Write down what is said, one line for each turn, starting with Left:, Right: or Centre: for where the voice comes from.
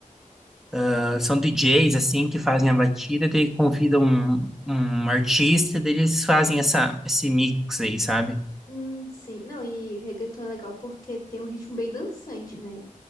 Centre: Ah, São DJs, assim, que fazem a batida, daí convidam um, um artista, daí eles fazem essa, esse mix aí, sabe?
Left: Hum, sim. Não, e reggaeton é legal porque tem um ritmo bem dançante, né?